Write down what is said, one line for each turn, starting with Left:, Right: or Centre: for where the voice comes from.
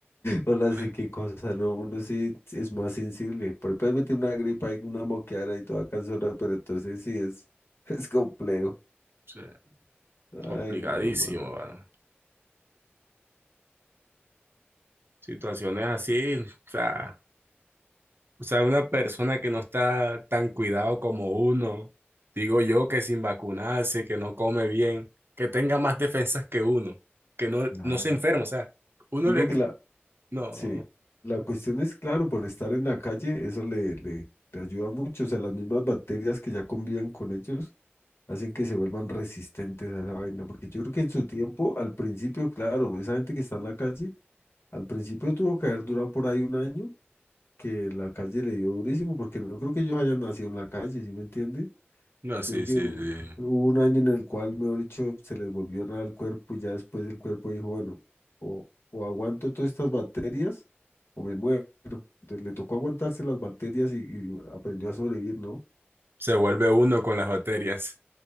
Left: hola,
Right: No
Left: sí,
Right: les- o
Left: qué cosa, ¿no? Uno sí es más sensible. Por puedes meter una gripa y una moqueara y toda cansona, pero entonces sí es, <laughs> es complejo.
Right: sea,
Left: Ay,
Right: complicadísimo,
Left: no, man.
Right: ¿va? Situaciones así, o sea. O sea, una persona que no está tan cuidado como uno, digo yo que sin vacunarse, que no come bien, que tenga más defensas que uno, que no,
Left: Claro.
Right: no se enferma, o sea, uno
Left: Digo
Right: le...
Left: que la,
Right: No,
Left: sí, la cuestión es, claro, por estar en la calle, eso le, le, le ayuda mucho. O sea, las mismas bacterias que ya conviven con ellos hacen que se vuelvan resistentes a esa vaina, porque yo creo que en su tiempo, al principio, claro, esa gente que está en la calle, al principio tuvo que haber durado por ahí un año, que la calle le dio durísimo, porque no creo que ellos hayan nacido en la calle, ¿sí me entiende?
Right: no, sí,
Left: Yo creo que
Right: sí,
Left: hu-
Right: sí.
Left: hubo un año en el cual, mejor dicho, se les volvió nada al cuerpo y ya después el cuerpo dijo, bueno, o, o aguanto todas estas bacterias o me muero. Entonces le tocó aguantarse las bacterias y, y aprendió a sobrevivir, ¿no? <laughs>
Right: Se vuelve uno con las bacterias.